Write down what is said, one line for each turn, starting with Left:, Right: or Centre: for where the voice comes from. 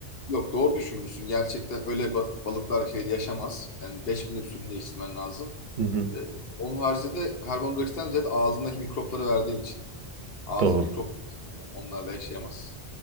Left: yok doğru düşünmüşsün. Gerçekten öyle ba- balıklar şeyde yaşamaz. Yani 5000 suyunu değiştirmen lazım.
Right: Hı hı,
Left: Ee, onun haricinde de karbondioksitten ziyade ağzındaki mikropları verdiğin için. Ağzı
Right: doğru.
Left: mikrop yani onlarla yaşayamaz.